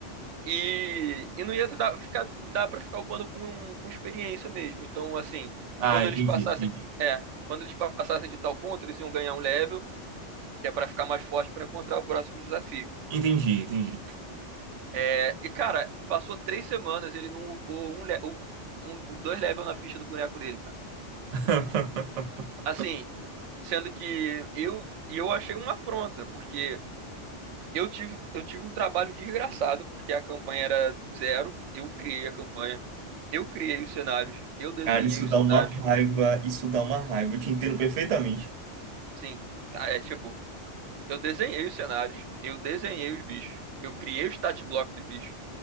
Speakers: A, on the right; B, on the right.
A: E, e não ia dar, ficar, dar para ficar upando com, com experiência mesmo. Então, assim,
B: Ah,
A: quando
B: entendi,
A: eles passassem.
B: entendi.
A: É, quando eles passassem de tal ponto, eles iam ganhar um level, que é para ficar mais forte para encontrar o próximo desafio.
B: Entendi, entendi.
A: É, e cara, passou três semanas e ele não upou um, le- um, um- um, dois levels na ficha do boneco dele, cara.
B: <laughs>
A: Assim, sendo que eu e eu achei uma afronta, porque eu tive, eu tive um trabalho desgraçado, porque a campanha era do zero, eu criei a campanha, eu criei os cenários, eu desenhei
B: Cara, isso
A: os
B: dá
A: cenários.
B: uma raiva, isso dá uma raiva. Eu te entendo perfeitamente.
A: Sim, ca- é tipo, eu desenhei os cenários, eu desenhei os bichos, eu criei o stat block dos bichos,